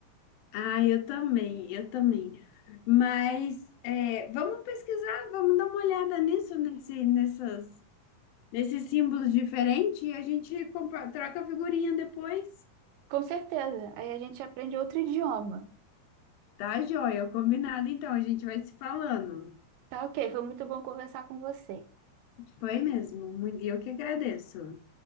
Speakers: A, on the left; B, on the right.
A: Ah, eu também, eu também. Mas é, vamos pesquisar, vamos dar uma olhada nisso, nesse, nessas, nesses símbolos diferentes e a gente compa- troca a figurinha depois.
B: Com certeza, aí a gente aprende outro idioma.
A: Tá, joia, combinado. Então, a gente vai se falando.
B: Tá ok, foi muito bom conversar com você.
A: Foi mesmo. muito- E eu que agradeço.